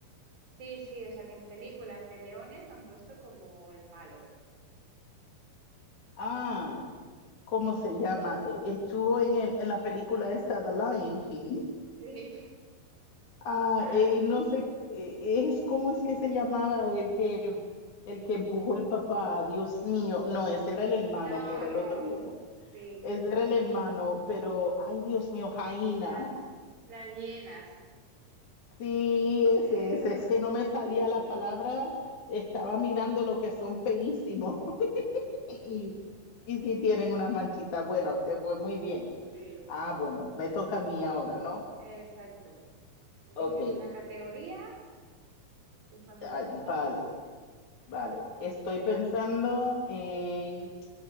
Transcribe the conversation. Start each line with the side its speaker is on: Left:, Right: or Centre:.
Right: Sí, sí, o sea que en películas de leones lo han puesto como el malo.
Left: Ah, ¿cómo se llama? E- Estuvo en, el- en la película esta, The Lion King.
Right: Sí,
Left: Ah,
Right: <laughs> las...
Left: eh, no sé, eh, es, ¿cómo es que se llamaba el que, el que empujó el papá? Dios mío. No, ese era el hermano
Right: No,
Left: que era
Right: no,
Left: el otro león.
Right: es- sí,
Left: Ese era el hermano, pero, ay, Dios mío, Jaina.
Right: las... Las hienas,
Left: Sí, es,
Right: Eso.
Left: es, es que no
Right: <laughs>
Left: me salía la palabra, estaba mirando lo que son feísimos <laughs> y, y sí tienen unas manchitas. Bueno, te fue muy bien.
Right: Sí,
Left: Ah, bueno, me toca a mí ahora, ¿no?
Right: exacto. Eliges
Left: Ok,
Right: una categoría y cuando
Left: ay,
Right: lo tengas,
Left: vale, vale. Estoy pensando en